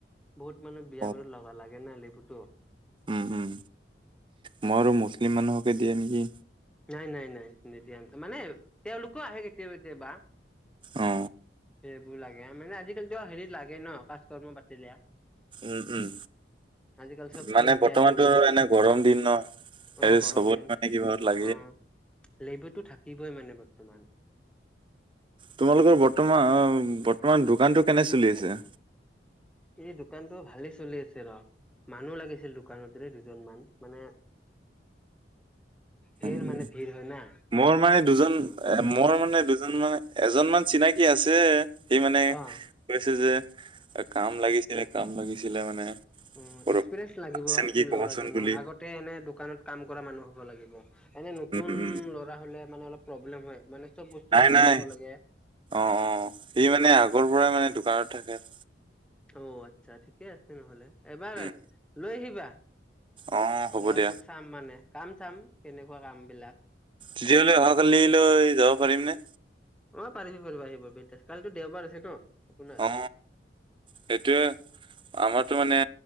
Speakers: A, in the centre; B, on the right.
A: বহুত মানুহ বিয়া
B: অ
A: বাৰু লগা লাগে ন লেবুত। ত।
B: উম উম মই আৰু মুছলিম মানুহকে দিয়ে নেকি।
A: নাই নাই নাই নিদিয়া মানে তেওঁলোকো আহে কেতিয়াবা কেতিয়াবা।
B: অ।
A: সেইবোৰ লাগে মানে আজিকালি হেৰিত লাগে ন কাজ কৰ্ম পাতিলে।
B: উম উম।
A: আজিকালি চবচোন
B: মানে
A: ভি
B: বৰ্তমানতো
A: আই পি
B: এনে গৰম দিন ন সেই
A: অ গৰম
B: চবত
A: দিন
B: মানে কিবাহত লাগে।
A: অ লেবুটো থাকিবই মানে বৰ্তমান।
B: তোমালোকৰ বৰ্তমান অ বৰ্তমান দোকানটো কেনে চলি আছে।
A: এই দোকানটো ভালে চলি আছে ৰ। মানুহ লাগিছিল দোকানতৰে দুজন মান মানে।
B: হয়
A: সেৰ
B: নেকি
A: মানে ভিৰ হয় না।
B: মোৰ মানে দুজন এ মোৰ মানে দুজন মানে এজন মান চিনাকি আছে। সি মানে
A: অ
B: কৈছে যে কাম লাগিছিলে কাম লাগিছিলে মানে।
A: ওম
B: কৰবাত
A: এক্সপিৰিয়েঞ্চ লাগিব
B: আছে নেকি
A: ত
B: কবাচোন
A: ল'ৰাজনৰ
B: বুলি
A: আগতে এনে দোকানত কাম কৰা মানুহ হ'ব লাগিব। এনে নতুন
B: উম উম
A: ল'ৰা হ'লে মানে অলপ প্ৰব্লেম হয়। মানে চব বস্তু
B: নাই
A: শিকাই
B: নাই
A: দিব লাগে
B: অ অ সি মানে আগৰ পৰাই মানে দোকানত থাকে। ধেত।
A: অ আচ্ছা ঠিকে আছে নহলে এবাৰ
B: উম
A: লৈ আহিবা
B: অ হ'ব
A: লৰাটোক
B: দিয়া
A: চাম মানে। কাম চাম কেনেকুৱা কাম বিলাক।
B: তেতিয়াহ'লে অহাকালিলৈ যাব পাৰিম নে।
A: অ পাৰিবি পাৰিবি আহিব ব কালিতো দেওবাৰ আছে ন। আপোনাৰ
B: অ সেইটোৱে আমাৰ। সেই ত মানে